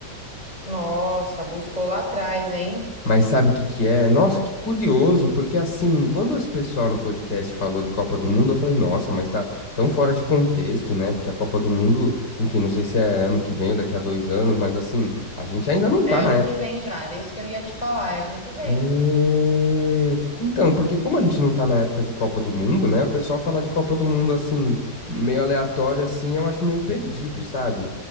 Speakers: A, on the right; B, on the left.
A: Nossa, buscou lá atrás, hein?
B: Mas sabe o que que é? Nossa, que curioso, porque assim, quando esse pessoal no podcast falou de Copa do Mundo, eu falei, nossa, mas tá tão fora de contexto, né? Porque a Copa do Mundo, enfim, não sei se é ano que vem ou daqui a dois anos, mas assim, a gente ainda não tá
A: É
B: na
A: ano que vem já, era isso que eu ia te falar, é ano que vem.
B: Hum, então, porque como a gente não tá na época de Copa do Mundo, né? O pessoal falar de Copa do Mundo assim, meio aleatório assim, eu acho meio perdido, sabe?